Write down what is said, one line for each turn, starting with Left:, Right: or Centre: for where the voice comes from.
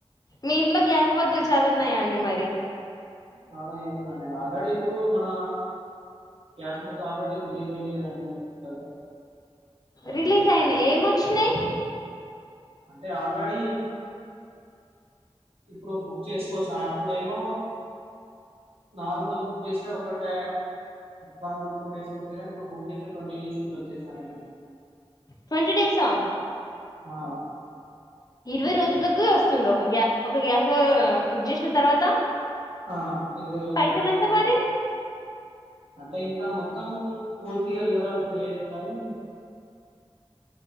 Left: మీ ఇంట్లో గ్యాస్ మొద్దులు చాల ఉన్నాయా అండి మర్ రి
Right: చాల ఏం లేదండి ఆల్రెడీ ఇప్పుడు మన క్యాస్మతో ఆల్రెడీ రిలీజ్ అయింది కదండి <unintelligible> కొత్తగా
Left: రిలీజ్ అయినయి ఏమొచ్చినయి.
Right: అంటే ఆల్రెడీ ఇప్పుడు బుక్ చేసుకోవచ్చు అప్పుడేమో నార్మల్గా బుక్ చేస్తే ఒక ట వన్ టూ డేస్కే వస్తేనీ ఇప్పుడు బుక్ చేస్తే ట్వంటీ డేస్ కిట్ల వచ్చేస్తన్నాయండి.
Left: ట్వంటీ డేసా
Right: ఆ
Left: ఇరవై రోజులకు వస్తుంది ఒక గ్యా ఒక గ్యాస్ బుక్ చేసిన తర్వాత
Right: ఆ ఇరవై రోజుల
Left: పైసలు
Right: తర్వాత
Left: ఎంత
Right: ఇస్తున్నా
Left: మరి
Right: అంటే ఇంకా మొం మొత్తం పూర్తిగా వివరాలు తెలియదు కానీ